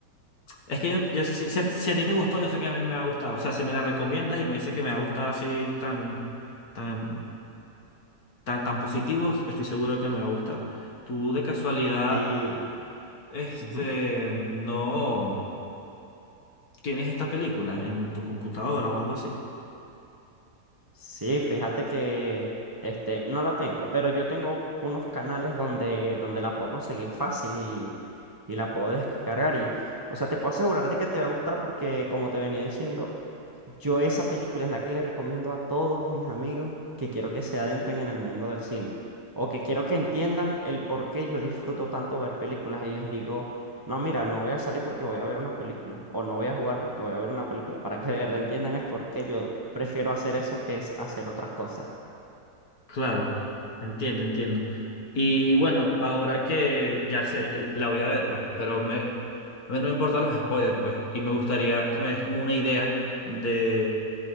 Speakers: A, on the left (about 60°); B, on the right (about 20°).
A: Es que yo, yo si, si a, si a ti te gustó, yo sé que a mí me va a gustar. O sea, si me la recomiendas y me dices que me va a gustar así tan, tan, tan, tan positivos, estoy seguro de que me va a gustar. Tú de casualidad,
B: Sí.
A: este,
B: ujú.
A: no. tienes esta película en tu computadora o algo así.
B: Sí, fíjate que este, no la tengo, pero yo tengo unos canales donde, donde la puedo conseguir fácil y, y la puedo descargar. Y, o sea, te puedo asegurar de que te va a gustar porque, como te venía diciendo, Yo esa película es la que le recomiendo a todos mis amigos que quiero que se adentren en el mundo del cine o que quiero que entiendan el por qué yo disfruto tanto ver películas y les digo, no, mira, no voy a salir porque voy a ver una película o no voy a jugar porque voy a ver una película, para que de verdad entiendan el por qué yo prefiero hacer eso que es hacer otras cosas.
A: Claro, entiendo, entiendo. Y bueno, ahora que ya sé, ya la voy a ver, pues, pero me, a mí no me importan los spoilers, pues, y me gustaría que me des como una idea de,